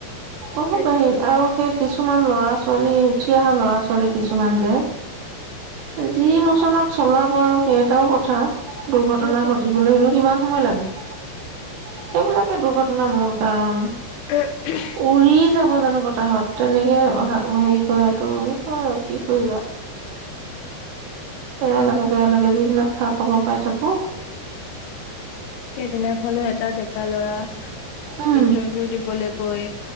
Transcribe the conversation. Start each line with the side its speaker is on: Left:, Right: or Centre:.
Left: সেইটোৱেতো
Right: বহুত বাঢ়িল আৰু সেই কিছুমান ল'ৰা ছোৱালী উঠি অহা ল'ৰা ছোৱালী কিছুমান যে যি মোচনত চলাব আৰু সেই এটাও কথা দুৰ্ঘটনা
Left: সেইটোৱে
Right: ঘটিবলৈনো কিমান হব লাগে সেইবিলাকে দুৰ্ঘট ন মূল কাৰণ
Left: উ হু
Right: উৰি যাব জানো বতাহত তেনেকে হেৰি কৰে তো সেইটোয় আৰু কি কৰিবা বেয়া লাগে বেয়া লাগে যিবিলাক খা খবৰ পাই থাকো
Left: সেইদিনাখনো এটা ডেকা লৰা
Right: উম
Left: ইন্টাৰভিউ দিবলে কৈ